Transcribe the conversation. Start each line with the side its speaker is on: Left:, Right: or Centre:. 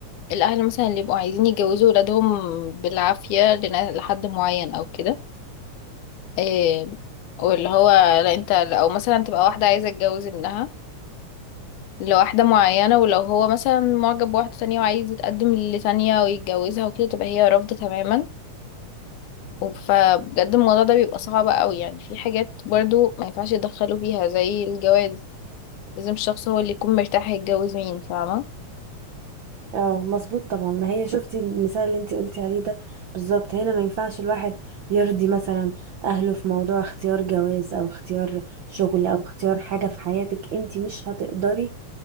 Left: الاهل مثلا اللي يبقوا عايزين يجوزوا ولادهم بالعافية لنا- لحد معين او كده إيه واللي هو لا انت او مثلا تبقى واحدة عايزة تتجوز ابنها لواحدة معينة ولو هو مثلا معجب بواحدة تانية وعايز يتقدم لتانية ويتجوزها وكده تبقى هي رافضة تماما وب- فبجد الموضوع ده بيبقى صعب قوي يعني في حاجات برضو ما ينفعش يتدخلوا فيها زي الجواز لازم الشخص هو اللي يكون مرتاح يتجوز مين فاهمة
Right: اه مظبوط طبعا ما هي شفتي المثال اللي انت قلتي عليه ده بالظبط هنا ما ينفعش الواحد يرضي مثلا اهله في موضوع اختيار جواز او اختيار شغل او اختيار حاجة في حياتك انت مش هتقدري